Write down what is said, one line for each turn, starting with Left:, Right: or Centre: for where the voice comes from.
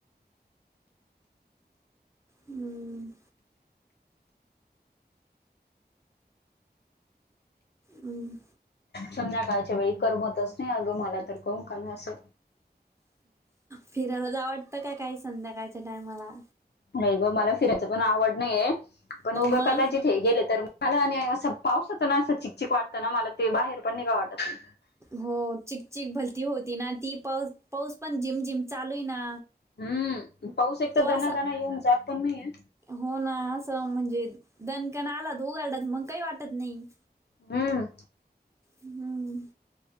Right: हम्म. उम्म
Left: संध्याकाळच्या वेळी करमतच नाही अगं मला तर काऊन कणी असं.
Right: फिरायला जावं वाटतं का काही संध्याकाळच्या टायमाला.
Left: नाही गं मला फिरायचं पण आवड नाहीये पण उगं
Right: मग
Left: कदाचित हे गेले तर मला आणि असं पाऊस होतं ना असं चिकचिक वाटतं ना मला ते बाहेर पण निघा वाटत नाही.
Right: हो चिक चिक भलती होती ना ती पाऊस पाऊस पण जिम जिम चालूय ना.
Left: हम्म पाऊस एक
Right: तो
Left: तर दनादाणा
Right: असा
Left: येऊन जात पण नाहीेये.
Right: हो ना असं म्हणजे दणकण आला तर उघडला तर मग काही वाटत नाही.
Left: हम्म.
Right: हम्म.